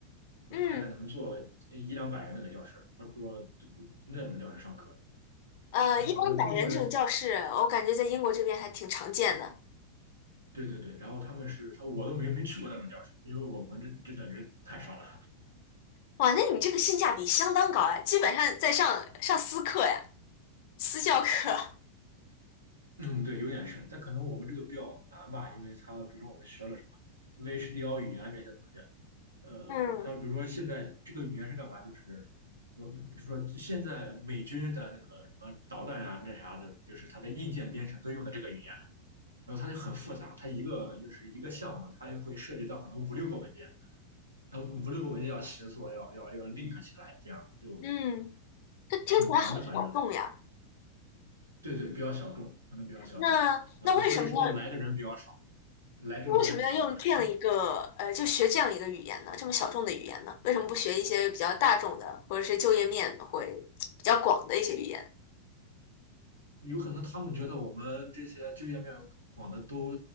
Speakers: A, on the left (about 50°); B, on the right (about 80°).
A: 嗯。
B: 呃，大概能坐一两百人那个教室。他说那种教室上课，
A: 呃，
B: 但是好像更多人，
A: 一般百人这种教室，我感觉在英国这边还挺常见的。
B: 对对对。然后他们是，他说我都没没去过那种教室，因为我们这这等人太少了。
A: 哇，那你这个性价比相当高哎，基本上在上上私课呀，私教课。
B: 嗯，对，有点是，但可能我们这个比较难吧，因为他比如说我们学了什么 VHDL 语言这些东西，呃，
A: <laughs> 嗯
B: 他比如说现在这个语言是干嘛？就是说，就说现在美军的那个什么导弹呀、那啥的，就是它的硬件编程都用的这个语言。然后它就很复杂，它一个就是一个项目，它会涉及到可能五六个文件，然后五六个文件要协作，要要要 link 起来，这样就
A: 嗯，这听起来好小众呀。
B: 挺难的。反正对对，比较小众，可能比较小众。
A: 那那为什么要
B: 然后所以说来的人比较少，来这个专业的人比较少。
A: 为什么要用这样一个呃，就学这样一个语言呢？这么小众的语言呢？为什么不学一些比较大众的，或者是就业面会比较广的一些语言
B: 有可能他们觉得我们这些就业面广的都